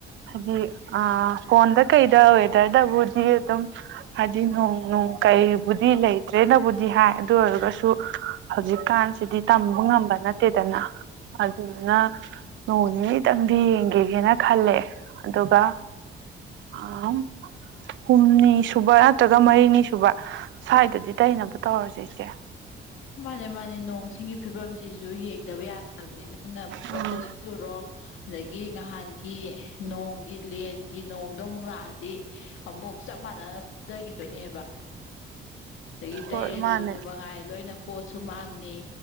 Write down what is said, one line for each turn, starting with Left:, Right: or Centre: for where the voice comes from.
Right: ꯍꯥꯏꯗꯤ ꯑ ꯐꯣꯟꯗ ꯀꯩꯗ ꯋꯦꯗꯔꯗꯕꯨꯗꯤ ꯑꯗꯨꯝ ꯍꯥꯏꯗꯤ ꯅꯣꯡ ꯅꯨꯡ ꯀꯩꯕꯨꯗꯤ ꯂꯩꯇ꯭ꯔꯦꯅꯕꯨꯗꯤ ꯍꯥꯏ ꯑꯗꯨ ꯑꯣꯏꯔꯒꯁꯨ ꯍꯧꯖꯤꯛꯀꯥꯟꯁꯤꯗꯤ ꯇꯝꯕ ꯉꯝꯕ ꯅꯠꯇꯦꯗꯅ ꯑꯗꯨꯗꯨꯅ ꯅꯣꯡꯅꯤꯅꯤ ꯗꯪꯗꯤ ꯌꯦꯡꯒꯤꯒꯦꯅ ꯈꯜꯂꯦ ꯑꯗꯨꯒ ꯑꯥꯎꯟ ꯍꯨꯝꯅꯤ ꯁꯨꯕ ꯅꯠꯇ꯭ꯔꯒ ꯃꯔꯤꯅꯤ ꯁꯨꯕ ꯁꯥꯏꯗꯗꯤ ꯇꯩꯅꯕ ꯇꯧꯔꯖꯦ ꯏꯆꯦ
Left: ꯃꯥꯅꯦ ꯃꯥꯅꯦ ꯅꯣꯡ ꯁꯤꯡꯒꯤ ꯐꯤꯕꯝꯖꯤꯁꯨ ꯌꯦꯡꯗꯕ ꯌꯥꯗꯕꯅꯦ ꯅꯪꯅ ꯄꯨꯂꯞ
Right: ꯎꯝ
Left: ꯇꯩꯁꯟ ꯂꯨꯔꯣ ꯑꯗꯒꯤ ꯅꯍꯥꯟꯒꯤ ꯅꯣꯡꯒꯤ ꯂꯦꯟꯒꯤ ꯅꯣꯡꯗꯣ ꯑꯃꯨꯛ ꯂꯥꯛꯑ ꯗꯤ ꯑꯃꯨꯛ ꯆꯞ ꯃꯥꯟꯅꯅ ꯄꯨꯗꯒꯤꯗꯣꯏꯅꯦꯕ ꯑꯗꯒꯤ ꯇꯩꯔꯦꯖꯨ
Right: ꯍꯣꯏ ꯃꯥꯅꯦ
Left: ꯑꯗꯨꯃꯉꯥꯏ ꯂꯣꯏꯅ ꯄꯣꯠꯁꯨ ꯃꯥꯡꯅꯤ